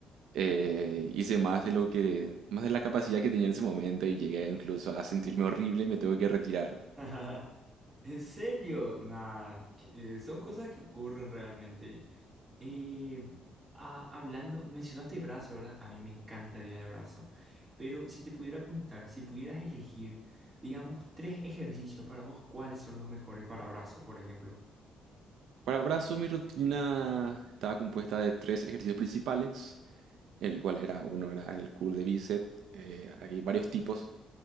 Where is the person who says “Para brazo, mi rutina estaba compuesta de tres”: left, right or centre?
Right